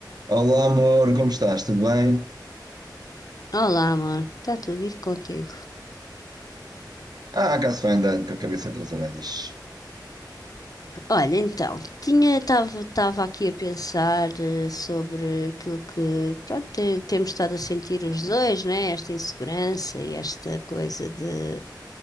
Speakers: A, on the right; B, on the left.
A: Olá, amor, como estás? Tudo bem?
B: Olá, amor. Está tudo ir contigo.
A: Ah, cá se vai andando com a cabeça entre as orelhas.
B: Olha, então, tinha estava aqui a pensar eh, sobre aquilo que, pronto, te- temos estado a sentir os dois, né? Esta insegurança e esta coisa de